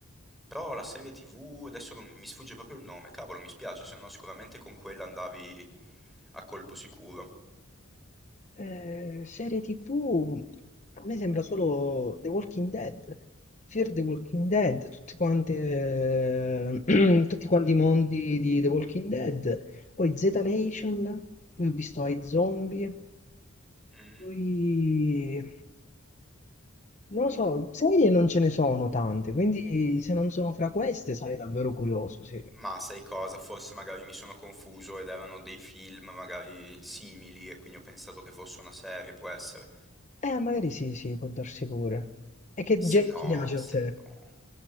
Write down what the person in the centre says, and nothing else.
Però la serie TV, adesso non- mi sfugge proprio il nome, cavolo, mi spiace, se no sicuramente con quella andavi a colpo sicuro.
Mm.
Ma sai cosa? Forse magari mi sono confuso ed erano dei film magari simili e quindi ho pensato che fosse una serie, può essere.
Se
no,
se
no.